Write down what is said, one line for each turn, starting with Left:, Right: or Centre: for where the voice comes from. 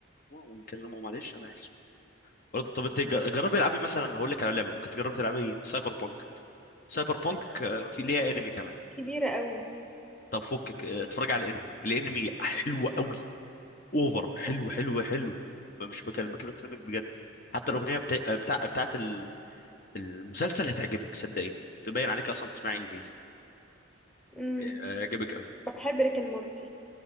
Left: ونكلمه معلش انا اسف برضه طب انت جر- جربي العبي مثلا هقول لك على لعبه ممكن تجربي تلعبي سايبر بونك سايبر بونك آه، في ليها انمي كمان
Centre: كبيرة قوي
Left: طب فكك اه، اتفرج على الانمي الانمي حلو قوي اوفر حلو
Centre: أوك.
Left: حلو حلو مش بكلم بكلمك بجد حتى الاغنيه بتاع بتاع بتاعت ال- المسلسل هتعجبك صدقيني تبين عليك اصلا بتسمع انجليزي
Centre: مم.
Left: اه، هيعجبك قوي
Centre: بحب ريك مورتي